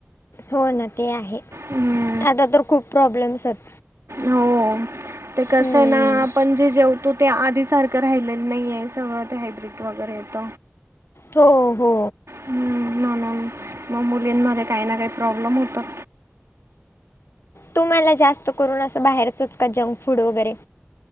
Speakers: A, on the left (about 60°); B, on the right (about 75°).
A: हो ना ते आहे.
B: हम्मं.
A: आता तरं खूप प्रॉब्लेम्स आहेंत.
B: हो. ते कसं
A: हम्म.
B: आहे ना आपण जे जेवतो ते आधी सारखं राहिलेलं नाहीय सगळं ते हायब्रीड. वगैरे येत.
A: हो हो.
B: हम हा ना मग मुलींमध्ये काही ना काही प्रॉब्लेम होतात.
A: तुमला जास्त करून असं बाहेरचच का जंक फूड वगैरे